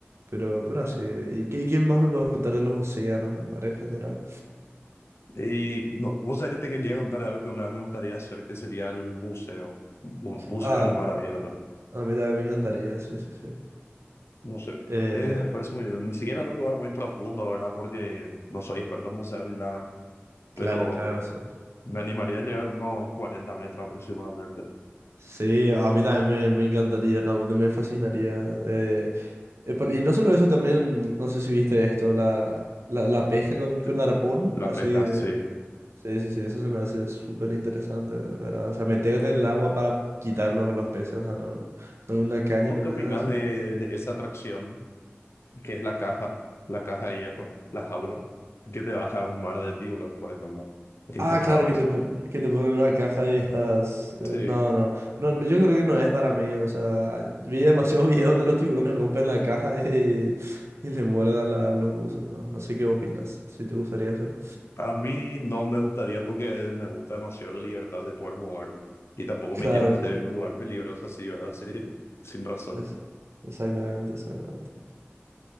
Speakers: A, on the right; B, on the left.
A: pero, pero así. ¿Y qué, qué más me puedes contar de los océanos, el mar en general?
B: Y no, vos sabés que te quería contar algo que una vez me gustaría hacer, que sería el buceo. Bu- Bucear
A: Ah,
B: en mar abierto.
A: a mí también me encantaría, sí, sí, sí.
B: No sé,
A: Eh,
B: eh, me parece muy lindo. Ni siquiera en un lugar muy profundo, ¿verdad? Porque no soy experto en bucear ni nada,
A: claro,
B: pero
A: claro, sí.
B: me animaría a llegar a unos 40 metros aproximadamente.
A: Sí, a mí también me, me encantaría, realmente me fascinaría. Eh, Eh, pero- Y no solo eso, también, no sé si viste esto, la, la, la pesca con, con
B: Sí,
A: arpón,
B: La
A: así
B: pesca,
A: de-
B: sí.
A: Sí, sí, sí, eso se me hace súper interesante, de ¿verdad? O sea, meterte en el agua para quitar los, los peces, o sea, no, no en una caña
B: ¿Vos
A: ni
B: qué
A: nada,
B: opinás
A: sino...
B: de, de esa atracción que es la caja, la caja de hierro, la jaula, que te baja a un mar de tiburón, por ejemplo? Infestado,
A: Ah, claro,
B: o
A: que
B: sea,
A: te, pon- que te ponen una caja y estás... eh,
B: sí.
A: no, no, no, no, yo creo que no es para mí, o sea, vi demasiados <laughs> videos donde los tiburones rompen la caja y, y le muerden a la- a los usos, no, No sé qué opinas, si te gustaría hacerlo.
B: A mí no me gustaría porque me gusta demasiado la libertad de poder mover y tampoco
A: Claro,
B: me quiero meter
A: sí.
B: en un lugar peligroso así, ¿verdad? <laughs> Sí, sin razón.
A: Eso, Exactamente, exactamente.